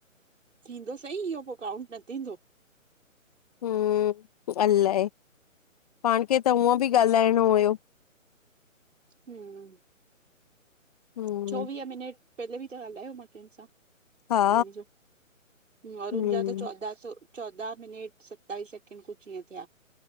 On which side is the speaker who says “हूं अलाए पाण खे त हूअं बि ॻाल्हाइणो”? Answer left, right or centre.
Left